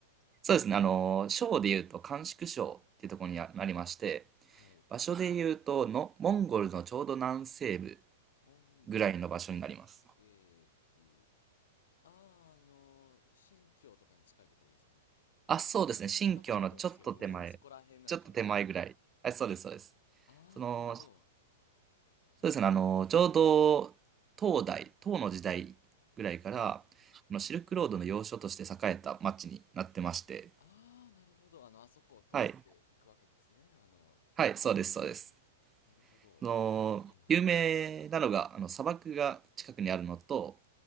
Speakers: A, on the right; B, on the left.
A: そうですね。あの、省で言うと甘粛省っていうところにあなりまして、
B: はい。
A: 場所で言うとの、モンゴルのちょうど南西部
B: モンゴル南西部。
A: ぐらいの場所になります。
B: あー、あの、新疆とかに近いところですかね。
A: あ、そうですね。
B: 近く、
A: 新京のちょっと手前、
B: 近くはないと思うんですけれども、あの、そこら辺なんでしょうかね。
A: ちょっと手前ぐらい。あ、そうです、そうです。
B: あー、
A: その、
B: なるほど。
A: そ
B: えー、
A: うですね。あの、ちょうど、唐代、唐の時代ぐらいから、
B: はい。
A: あのシルクロードの要所として栄えた町になってまして。
B: ああ、なるほど。あの、あそこを通っていくわけですね。
A: はい。
B: あの、
A: はい、そうです、そうです。
B: なるほど。
A: あの、
B: えっと、はいはいはい。
A: 有名なのが、あの、砂漠が近くにあるのと、